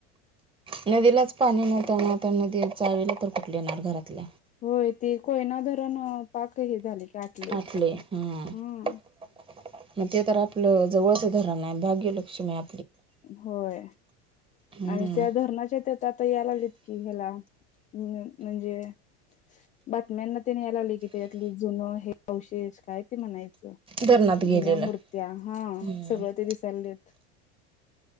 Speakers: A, on the right; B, on the left.
A: नदीलाच पाणी नव्हत आणि आता नदी चावीला तर कुटल येणार घरातल -
B: होय ती कोयना धरण पाक हे झाले. आटले.
A: आठलय हां -हां
B: हम्म
A: मग ते तर आपलं जवळचं धरण आहे भाग्यलक्ष्मी -
B: होय
A: हम्म
B: आणि त्या धरणाच्या त्यात आता यायला लागलेत कि ह्याला - ह म्हणजे - बातम्यांना तेनी या लावले की त्यातली जुनं हे अवशेष काय ते म्हणायचं
A: धरणात
B: -
A: गेलेलं
B: जुन्या मूर्त्या हा
A: हम्म
B: सगळं ते दिसालेत.